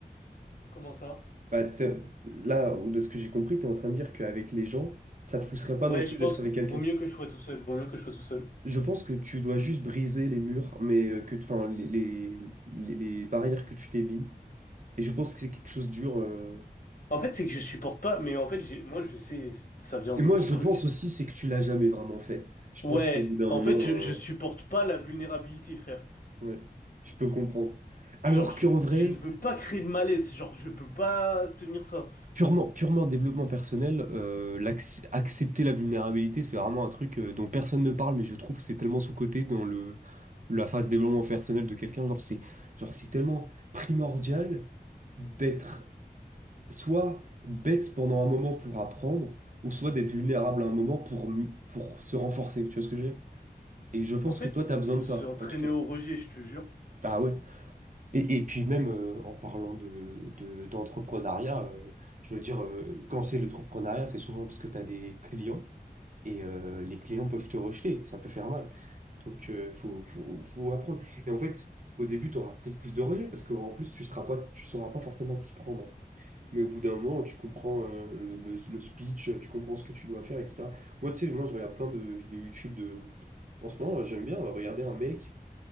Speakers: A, on the left; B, on the right.
A: Comment ça?
B: Bah, t'es- là, de ce que j'ai compris, t'es en train de dire qu'avec les gens, ça te pousserait pas
A: Ouais,
B: non
A: je
B: plus d'être
A: pense que
B: avec quelqu'un.
A: vaut mieux que je sois tout seul. Vaut mieux que je sois tout seul.
B: Je pense que tu dois juste briser les murs, mais euh, que, enfin, les, les, les- les barrières que tu t'es mis. Et je pense que c'est quelque chose de dur. euh.
A: En fait, c'est que je supporte pas, mais en fait, j'ai- moi, je sais, ça vient
B: Et
A: d'où
B: moi,
A: ce
B: je
A: truc?
B: pense aussi, c'est que tu l'as jamais vraiment fait. Je
A: Ouais,
B: pense qu'au bout d'un
A: en
B: moment,
A: fait, je,
B: euh,
A: je supporte pas la vulnérabilité, frère.
B: ouais, je peux comprendre. Alors
A: Genre, je,
B: qu'en vrai,
A: je ne veux pas créer de malaise, genre, je peux pas tenir ça.
B: purement, purement développement personnel, euh, l'acc- accepter la vulnérabilité, c'est vraiment un truc euh, dont personne ne parle, mais je trouve que c'est tellement sous-coté dans le, la phase développement personnel de quelqu'un. Genre, c'est, genre, c'est tellement primordial d'être soit bête pendant un moment pour apprendre, ou soit d'être vulnérable à un moment pour, m- pour se renforcer. Tu vois ce que je veux dire? Et je pense
A: En fait,
B: que toi,
A: faut,
B: tu as besoin
A: faut
B: de
A: s'entraîner
B: ça, en tout cas.
A: au rejet, je te jure.
B: Ah ouais. Et, et puis même euh, en parlant de, de- d'entrepreneuriat, euh, je veux dire, euh, quand c'est l'entrepreneuriat, c'est souvent parce que tu as des clients et euh, les clients peuvent te rejeter, ça peut faire mal. Donc, euh, faut, faut, faut apprendre. Et en fait, au début, tu auras peut-être plus de rejets parce qu'en plus, tu seras pas, tu sauras pas forcément t'y prendre. Mais au bout d'un moment, tu comprends euh, le, le- le speech, tu comprends ce que tu dois faire, etc. Moi, tu sais, moi, je regarde plein de vidéos YouTube de... En ce moment, j'aime bien regarder un mec